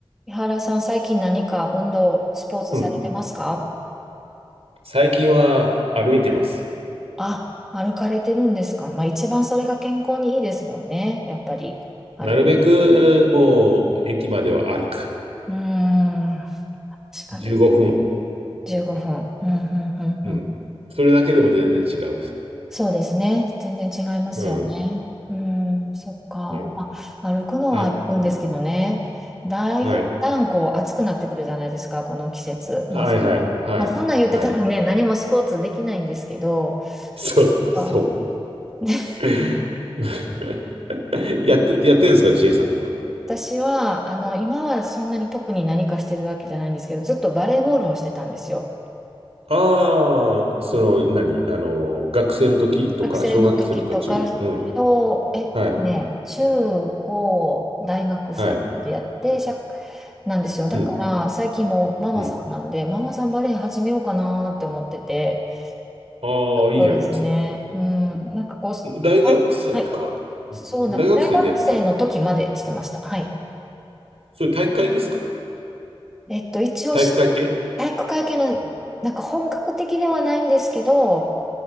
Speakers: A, in the centre; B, on the right.
A: 井原さん、最近何か運動、スポーツされてますか
B: うん。最近は歩いてます。
A: あ、歩かれてるんですかまあ一番それが健康にいいですもんね。やっぱり、ある。
B: なるべくもう駅までは歩く。
A: うーん、確かに。
B: 15分。
A: 15分。うん、うん、うん、
B: うん。
A: うん。
B: それだけでも全然違う。
A: そうですね。全然違いますよね。
B: うん。
A: うーん、そっか。
B: うん。
A: まあ、歩くのは歩くんですけどね。
B: あ、うん。
A: だいだんこう暑くなってくるじゃないですか、
B: はい。
A: この季節。
B: はいはい。
A: まあ、
B: はい。
A: まあ、そんなん言ってたらね、
B: はい。
A: 何もスポーツできないんですけど、
B: そう。
A: あ
B: そ
A: <laughs>
B: う。<laughs> やって、やってるんですか、ちえさんは。
A: 私は、あの、今はそんなに特に何かしてるわけじゃないんですけど、ずっとバレーボールをしてたんですよ。
B: ああ、その、何あの、学生の時とか、
A: 学生の時とか、
B: 小学生とか中、うん。
A: 小、えっとね、
B: はい。
A: 中高大学生までやって、
B: はい。
A: しゃ、なんですよ。だから、
B: うん。
A: 最近もママさんなんで、
B: うん。
A: ママさんバレー始めようかなって思ってて、
B: ああ、
A: ところですね。
B: いいじゃないです
A: うん、なんかこう、
B: 大学生か。
A: はい、
B: うん
A: そうな、
B: 大学生でやってた
A: 大学生の時までしてました。はい。
B: それ体育会ですか
A: えっと、一応し、
B: 体育会系
A: 体育会系の、
B: うん。
A: なんか本格的ではないんですけど、